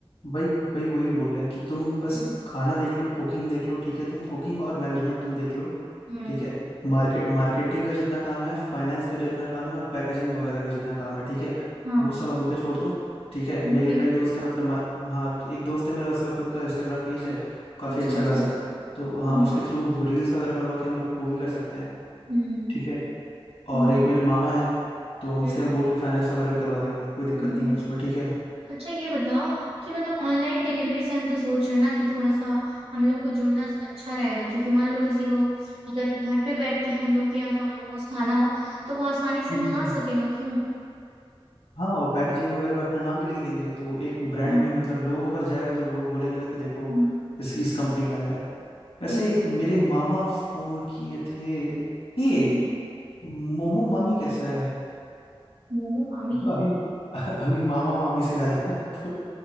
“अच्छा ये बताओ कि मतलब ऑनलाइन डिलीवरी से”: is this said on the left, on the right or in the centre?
Right